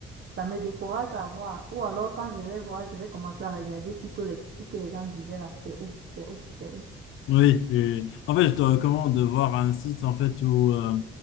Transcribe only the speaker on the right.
Ça me décourage à voir. Ou alors, quand je vais voir, je vais commencer à regarder plutôt les critiques que les gens disaient là. C'est où? C'est où? C'est où?